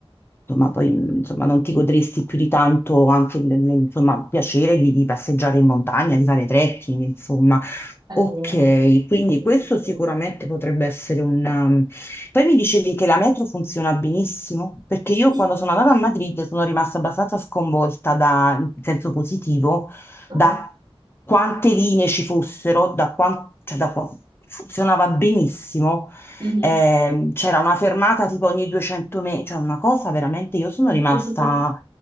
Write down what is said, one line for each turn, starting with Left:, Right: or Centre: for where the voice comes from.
Left: insomma, poi, mh, insomma, non ti godresti più di tanto anche il il- insomma, il piacere di, di passeggiare in montagna, di fare trekking, insomma.
Right: è
Left: Ok,
Right: vero,
Left: quindi
Right: bellissimo.
Left: questo sicuramente potrebbe essere poi mi dicevi che la metro funziona benissimo, perché io
Right: Sì.
Left: quando sono andata a Madrid sono rimasta abbastanza sconvolta da, in senso positivo,
Right: Ah.
Left: da quante linee ci fossero, da quan- cioè da qua- funzionava benissimo.
Right: Mhm.
Left: Ehm, c'era una fermata tipo ogni 200 metri, cioè una cosa veramente, io sono
Right: <laughs>
Left: rimasta